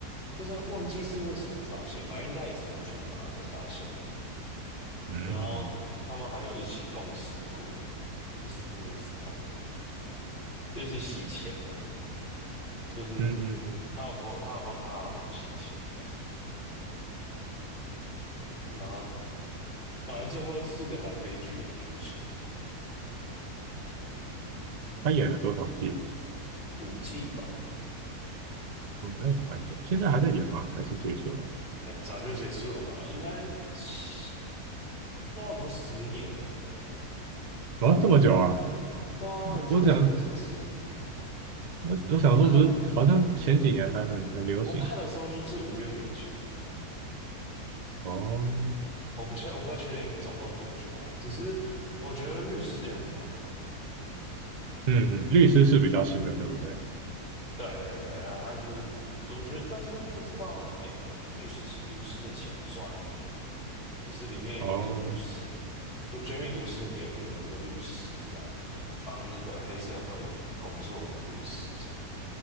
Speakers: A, on the left (about 30°); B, on the right (about 65°).
A: 不知道忘记是为什么发现，反正应该也是很抓马的发现。
B: 嗯
A: 然后他们还有一起共事过，就是这件事但就是洗钱的，就是
B: 嗯嗯嗯，
A: 她老婆，她有帮她老公洗钱的。然后反正最后是个蛮悲剧的剧情啊，
B: 他演了多少季？
A: 五季吧，
B: 哦，那也蛮久，现在还在演吗？还是结束了？
A: 那早就结束了吧？应该七不知道有没有十年呢、
B: 啊，这么久啊！
A: 对啊，很久以前就结束了。
B: 我想，我我想说，
A: 我看了。
B: 不是，好像前几年还很很流行。
A: 我看的时候就是五六年前了吧，
B: 哦，
A: 我不确我不太确定总共多久啦，只是我觉得律师也很好看，
B: 嗯嗯，律师是比较新的，对不对？
A: 对对对，他就是我觉得，但是不知道哎，律师是毒师的前传啦，就是里面有一个律师，
B: 哦，
A: 毒绝命毒师里面有个有一个律师这样帮那个黑社会工作的律师这样，